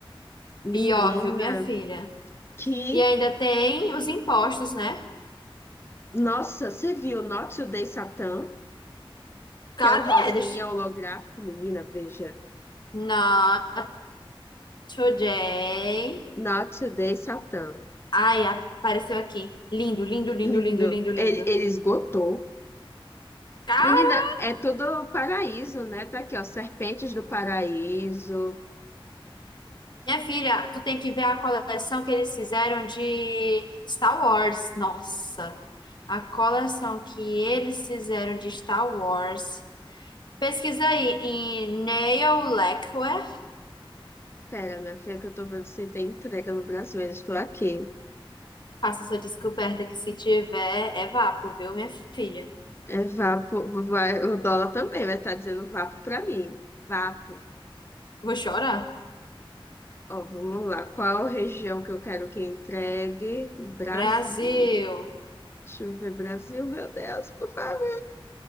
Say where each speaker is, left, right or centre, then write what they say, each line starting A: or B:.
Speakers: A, on the left; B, on the left.
A: Pior,
B: menina,
A: viu, minha filha?
B: que.
A: E ainda tem os impostos, né?
B: Nossa, você viu Not Today Satan, que
A: Cadê
B: é um rosinha
A: eles?
B: holográfico, menina, veja.
A: Not today.
B: Not Today Satan.
A: Ai, apareceu aqui. Lindo, lindo, lindo,
B: Lindo.
A: lindo, lindo, lindo.
B: Ele, ele esgotou.
A: Cara,
B: Menina, é tudo um paraíso, né? Tá aqui, ó, Serpentes do Paraíso.
A: minha filha, tu tem que ver a coleção que eles fizeram de Star Wars. Nossa, a coleção que eles fizeram de Star Wars. Pesquisa aí em Neil Leclerc.
B: Pera, minha filha, que eu tô vendo se tem entrega no Brasil, ainda estou aqui.
A: Faça sua descoberta que se tiver é vapo, viu, minha filha?
B: É vapo, vai, o dólar também vai estar dizendo vapo pra mim. Vapo.
A: Vou chorar.
B: Ó, vamos lá. Qual região que eu quero que entregue? Brasil.
A: Brasil.
B: Deixa eu ver, Brasil, meu Deus, por favor.